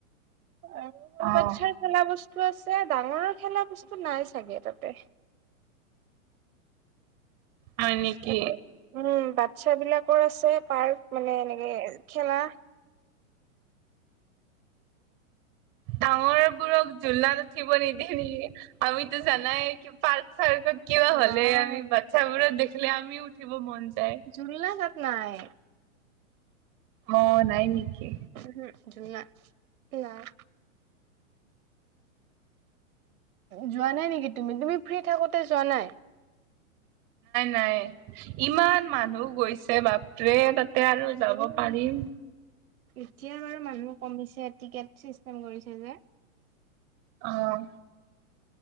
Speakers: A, on the right; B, on the right.
A: আৰু
B: অ'।
A: বাচ্ছাৰ খেলা বস্তু আছে ডাঙৰৰ খেলা বস্তু নাই চাগে তাতে৷
B: হয় নেকি?
A: তাতে উম বাচ্ছা বিলাকৰ আছে পাৰ্ক মানে এনেকে খেলা৷
B: ডাঙৰ বোৰক জোলনাত উঠিব নিদিয়ে নেকি আমিতো জানাই কি পাৰ্ক চাৰ্কত কিবা হ'লে
A: নাই
B: আমি বাচ্ছাবোৰক দেখিলে আমিও উঠিব মন যায়৷
A: জুলনা তাত নাই৷
B: অ নাই নেকি?
A: উম হুম জুলনা নাই৷ যোৱা নাই নেকি তুমি-তুমি ফ্ৰী থাকোতে যোৱা নাই?
B: নাই, ইমান মানুহ গৈছে বাপ তে তাতে আৰু যাব
A: উম।
B: পাৰিম৷
A: এতিয়া বাৰু মানুহ কমিছে টিকেট চিষ্টেম কৰিছে যে৷
B: অহ